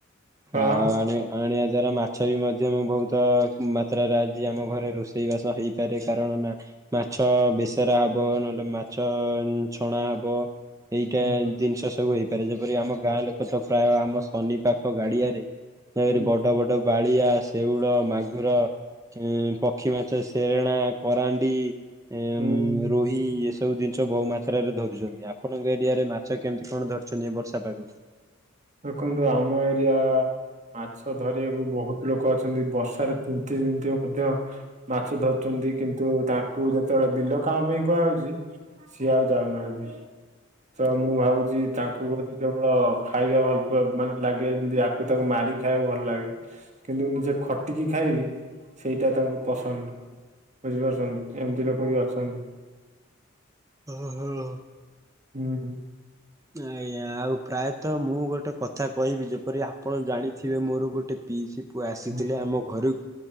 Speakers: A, on the right; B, on the right.
A: ହଁ।
B: ଆଉ ଆଣି ଆଣିଆ ଦ୍ୱାରା ମାଛ ବି ମଧ୍ୟ ମୁଁ ବହୁତ ମାତ୍ରାରେ ଆଜି ଆମ ଘରେ ରୋଷେଇ ବାସ ହେଇପାରେ। କାରଣ ନା ମାଛ ବେସରା ହବ ନହେଲେ ମାଛ ଛଣା ହବ। ଏଇଟା
A: ହୁଁ
B: ଜିନିଷ ସବୁ ହେଇପାରେ। ଯେପରି ଆମ ଗାଁ ଲୋକ ତ ପ୍ରାୟ ଆମ ଶନି ପାଖ ଗାଡିଆରେ <unintelligible>
A: ହୁଁ
B: ବଡ ବଡ ବାଳିଆ, ସେଉଳ, ମାଗ। ର ଉଁ ପକ୍ଷୀ ମାଛ ସେରେଣା, କରାଣ୍ଡି। ଏ
A: ହୁଁ।
B: ରୋହି ଇଏ ସ ସବୁ ଜିନିଷ ବହୁ ମାତ୍ରାରେ ଧରୁଚନ୍ତି। ଆପଣଙ୍କ ଏରିଆରେ ମାଛ କେମିତି କଣ ଧରୁଚନ୍ତି ଏ ବର୍ଷା ପାଗକୁ।
A: ଦେଖନ୍ତୁ ଆମ ଏରିଆ ମାଛ ଧରିବାକୁ ବହୁତ ଲୋକ ଅଛନ୍ତି ବର୍ଷାରେ ତି <unintelligible> ମାଛ ଧରୁଚନ୍ତି କିନ୍ତୁ ତାଙ୍କୁ ଯେତେବେଳେ ବିଲ କାମ ପାଇଁ କୁହାହଉଚି ସିଏ ଆଉ ଯାଉନାହାନ୍ତି ତ ମୁଁ ଭାବୁଚି ତାଙ୍କୁ ବୋଲି କେବଳ ଖାଇବା ଭଲ ବ ମାନେ ଲାଗିଅ ଯେମତି ଆକୁ ତାକୁ ମାରି ଖାଇଆକୁ ଭଲ ଲାଗେ। କିନ୍ତୁ ନିଜେ ଖଟିକି ଖାଇବି ସେଇଟା ତାଙ୍କୁ ପସନ୍ଦ ନୁ ବୁଝିପାରୁଚନ୍ତି ଏମିତି ଲୋକ ବି ଅଛନ୍ତି।
B: ଓହୋ।
A: ହୁଁ ହୁଁ।
B: ଆଜ୍ଞା ଆଉ ପ୍ରାୟତଃ ମୁଁ ଗୋଟେ କଥା କଇବି ଯେପରି ଆପଣ ଜାଣିଥିବେ ମୋର ଗୋଟେ ପିଇସି ପୁଅ ଆସିଥିଲେ
A: ହୁଁ
B: ଆମ ଘରୁ